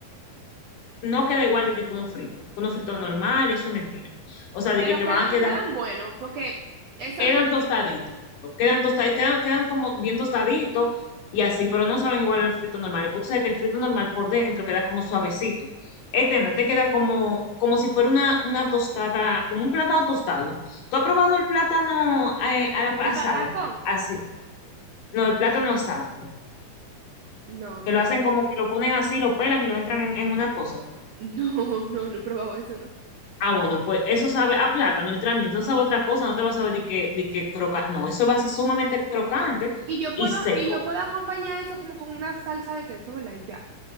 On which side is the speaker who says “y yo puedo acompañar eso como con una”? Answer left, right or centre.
Right